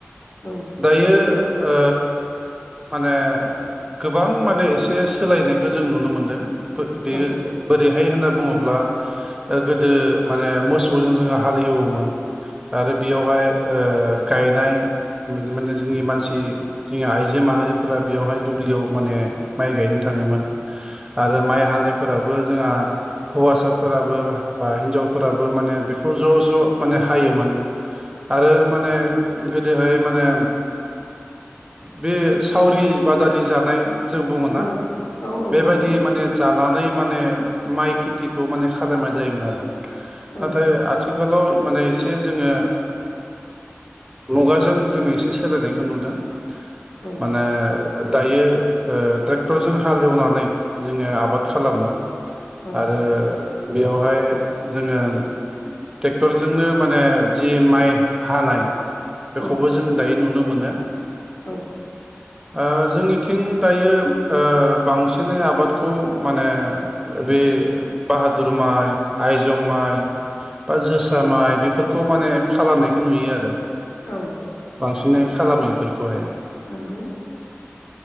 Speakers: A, on the left; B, on the right.
A: औ
B: दायो ओ माने गोबां माने एसे सोलायनायखौ जों नुनो मोनदों बे
A: औ
B: बोरैहाय होनना बुङोब्ला गोदो माने मोसौजों जोङो हालि एवोमोन आरो बेयावहाय ओ गायनाय माने जोंनि मानसि जोंनि आइजो माहारिफोरा बेवहाय दुब्लियाव माने माइ गायनो थाङोमोन आरो माइ हानायफोराबो जोंहा हौवासाफोराबो बा हिनजावफोराबो माने बेखौ ज' ज' माने हायोमोन आरो माने गोदोहाय माने बे सावरि बादालि जानाय जों बुङोना
A: औ औ औ
B: बेबायदि
A: नंगौ
B: माने जानानै माने माइ खेथिखौ माने खालामनाय जायोमोन आरो
A: औ
B: नाथाय आथिखााल माने एसे जोङो मुगाजों जोङो एसे सोलायनायखौ नुदों
A: औ
B: माने दायो ट्रेक्टरजों हाल एवनानै जोङो आबाद खालामो
A: औ
B: आरो बेयावहाय जोङो ट्रेक्टरजोंनो माने जि माइ हानाय
A: औ
B: बेखौबो जों दायो नुनो मोनो
A: औ
B: ओ जोंनिथिं दायो ओ बांसिनै आबादखौ माने बे बाहादुर माइ आइजं माइ बा जोसा माइ बेफोरखौ माने खालामनायखौ नुयो आरो
A: औ
B: बांसिनहाय खालामैफोरखौहाय
A: नोंगौ